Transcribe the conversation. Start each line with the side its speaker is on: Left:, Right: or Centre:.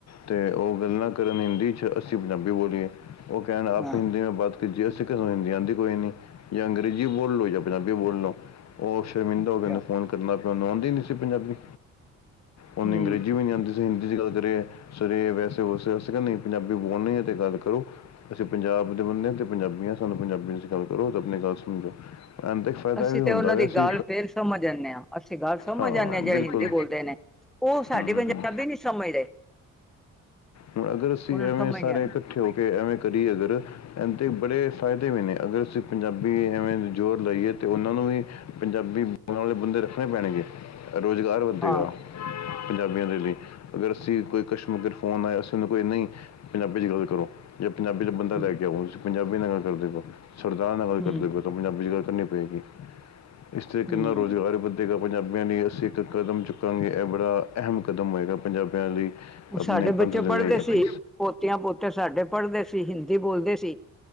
Left: ਤੇ ਓ ਗੱਲਾਂ ਕਰਨ ਹਿੰਦੀ ਚ ਅਸੀ ਪੰਜਾਬੀ ਬੋਲੀਏ, ਓ ਕੈਣ ਆਪ
Centre: ਹਾਂ
Left: ਤੋ ਹਿੰਦੀ ਮੇ ਬਾਤ ਕੀਜੀਏ ਅਸੀ ਕੇਆ ਸਾਨੁੰ ਹਿੰਦੀ ਆਂਦੀ ਕੋਈ ਨੀ ਜੇ ਅੰਗ ਹਿੰਦੀ ਬੋਲ ਲੋ ਯਾ ਪੰਜਾਬੀ ਬੋਲ ਲੋ, ਓ ਸ਼ਰਮਿੰਦਾ
Centre: ਅੱਛਾ
Left: ਹੋਗੇ ਨ ਫੋਨ ਕ <unintelligible> ਓਨੂੰ ਆਊਦੀ ਨੀ ਸੀ ਪੰਜਾਬੀ, ਓਨੂੰ
Centre: ਹਮ
Left: ਅੰਗਰੇਜੀ ਵੀ ਨੀ ਆਉਂਦੀ ਸੀ ਸੀ ਹਿੰਦੀ ਚ ਗੱਲ ਕਰੀਏ, ਸਰ ਵੈਸੇ ਵੂਸੇ ਅਸੀਂ ਕੇਆ ਨਈ ਪੰਜਾਬੀ ਬੋਲਨੀ ਐ ਤੇ ਗੱਲ ਕਰੋ ਅਸੀਂ ਪੰਜਾਬ ਦੇ ਬੰਦੇ ਆ, ਤੇ ਪੰਜਾਬੀ ਆਂ ਸਾਨੂੰ ਪੰਜਾਬੀ ਚ ਗੱਲ ਕਰੋ ਤੇ ਆਪਣੀ ਗੱਲ ਸਮਝੋ ਐ ਫੈਦਾ
Centre: ਅਸੀਂ
Left: ਐ ਵੀ ਹੂੰਦਾ
Centre: ਤੇ ਉਹਨਾਂ
Left: ਵੇ
Centre: ਦੀ
Left: ਅਸੀ,
Centre: ਗੱਲ ਫੇਰ ਸਮਝ ਜਾਂਦੇ ਹਾਂ ਅਸੀਂ ਗੱਲ ਸਮਝ
Left: ਹਾਂ
Centre: ਜਾਂਦੇ ਜਿਹੜੇ
Left: ਬਿਲਕੁਲ।
Centre: ਹਿੰਦੀ ਬੋਲਦੇ ਨੇ ਉਹ ਸਾਡੀ
Left: ਹੂੰ, ਹੂੰ,
Centre: ਪੰਜਾਬੀ ਨਹੀਂ ਸਮਝਦੇ
Left: ਹੂੰ ਅਗਰ ਅਸੀਂ
Centre: ਉਹਨਾਂ
Left: ਐਵੇਂ
Centre: ਨੂੰ ਸਮਝ
Left: ਸਾਰੇ
Centre: ਨਹੀਂ ਆਉਂਦੀ
Left: ਏਕ ਕੇਓਂ ਕੇ ਐਵੇਂ ਕਰੀਏ ਅਗਰ ਐਂਦੇ ਬੜੇ ਫਾਇਦੇ ਵੇ ਨੇ, ਅਗਰ ਅਸੀਂ ਪੰਜਾਬੀ ਐਵੇਂ ਜੋਰ ਲਾਈਏ ਤੇ ਓਨਾਂ ਨੂੰ ਵੀ ਪੰਜਾਬੀ ਹੁਣ ਆਪਣੇ ਵਾਲੇ ਬੰਦੇ ਰੱਖਣੇ ਪੈਣਗੇ ਰੁਜ਼ਗਾਰ ਵੱਧੇਗਾ।
Centre: ਹਾਂ
Left: ਪੰਜਾਬੀਆਂ ਦੇ ਲਈ, ਅਗਰ ਅਸੀਂ ਕੋਈ ਕਸ਼ਮਗਰ ਫੋਨ ਆਏਆ ਅਸੀ ਓਨੂੰ ਕਈਏ ਨਈ ਪੰਜਾਬੀ ਚ ਗੱਲ ਕਰੋ। ਜੇ ਪੰਜਾਬੀ ਚ ਬੰਦਾ
Centre: ਹਮ
Left: ਲੈ ਕੇ ਆਓ ਹੁਨ ਤੁਸੀ ਪੰਜਾਬੀ ਨਾਲ ਕਰਦੇ ਪੇਓ, ਸਰਦਾਰ ਨਾਲ ਗਲ ਕਰ
Centre: ਹਮ
Left: ਦੇ ਪੇਓ ਪੰਜਾਬੀ ਚ ਗੱਲ ਕਰਨੀ ਪਏਗੀ, ਇਸ ਤਰੀਕੇ
Centre: ਹਮ
Left: ਨਾਲ ਰੋਜਗਾਰ ਵ ਪੰਜਾਬੀਆਂ ਲਈ ਅਸੀਂ ਇੱਕ ਕਦਮ ਚੁੱਕਾਂਗੇ ਐ ਬੜਾ, ਐਹਮ ਕਦਮ ਹੋਏਗਾ ਪੰਜਾਬੀਆਂ ਲਈ
Centre: ਹੁਣ
Left: ਆਪਣੇ
Centre: ਸਾਡੇ ਬੱਚੇ
Left: ਪੰਥ ਦੇ
Centre: ਪੜਦੇ
Left: ਲਈ ਸਾਡੇ ਆਪਣੇ
Centre: ਸੀ, ਪੋਤੀਆਂ-ਪੋਤੇ ਸਾਡੇ ਪੜਦੇ ਸੀ ਹਿੰਦੀ ਬੋਲਦੇ ਸੀ।